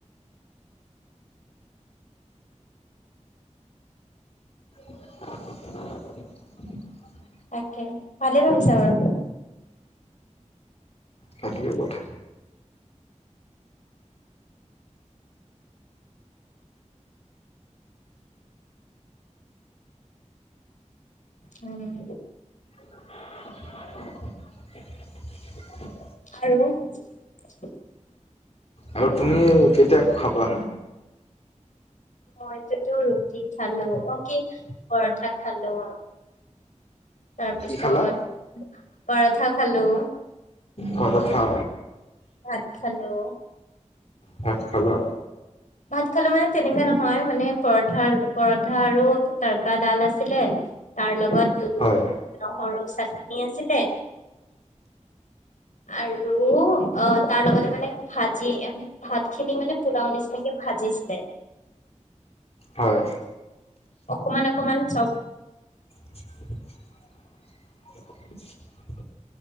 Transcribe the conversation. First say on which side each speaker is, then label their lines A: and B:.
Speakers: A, on the left; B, on the left.
A: <inaudible>
B: তাকে ভালেই ভাবিছা বাৰু
A: সেইটোৱে কথা
B: উম।
A: <inaudible>
B: আৰু <inaudible>
A: আৰু তুমি কেতিয়া খাবা
B: মই যে। টো ৰুটি খালো অ কি পৰঠা খালো। তাৰ
A: কি
B: পিছত
A: খালা
B: পাৰাঠা খালোঁ।
A: পৰঠা।
B: ভাত খালো
A: ভাত খালা?
B: ভাত খালো মানে তেনেকা ন হয় মানে পৰঠা পৰঠা আৰু তাৰকা ডাল আছিলে তাৰ লগত বাত কলো
A: হয়
B: নহৰু চাটনি আছিলে। আৰু অ তাৰ লগতে মানে ভাজি এ ভাত ভাতখিনি মানে পুলাৱ নিচিনা দিছিলে।
A: হয়
B: অকমান অকমান চব।
A: <inaudible> <inaudible>